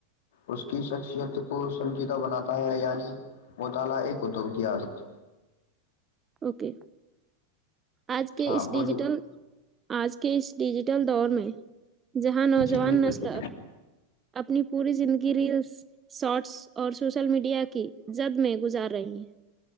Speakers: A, on the left; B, on the right.
A: اس کی شخصیت کو سمجیدہ بناتا ہے یعنی موطالا ایک ادوگ کی آرت
B: اوکے آج کے
A: ہاں
B: اس
A: بولیے
B: ڈیجیٹل آج کے اس ڈیجیٹل دور میں جہاں نوجوان
A: جی جی
B: نل
A: بالکل
B: اپنی پوری زندگی ریلس شارٹس اور سوشل میڈیا کی زد میں گزار رہی ہیں